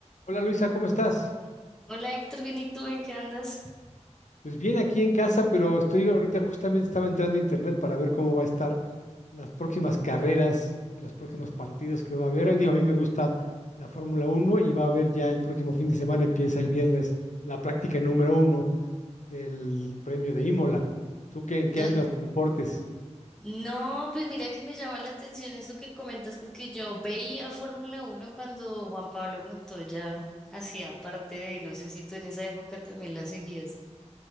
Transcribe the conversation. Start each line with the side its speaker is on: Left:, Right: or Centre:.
Left: Hola Luisa, ¿cómo estás?
Centre: Hola Héctor, bien, ¿y tú en qué andas?
Left: Pues bien aquí en casa, pero estoy ahorita justamente estaba entrando a internet para ver cómo va a estar las próximas carreras y los próximos partidos que va a haber. Digo, a mí me gusta la Fórmula Uno y va a haber ya el próximo fin de semana, empieza el viernes, la práctica número uno del premio de Imola. ¿Tú qué, en qué
Centre: Don-
Left: andas de deportes?
Centre: No, pues mira que me llama la atención eso que comentas porque yo veía Fórmula Uno cuando Juan Pablo Montoya hacía parte de, no sé si tú en esa época también la seguías.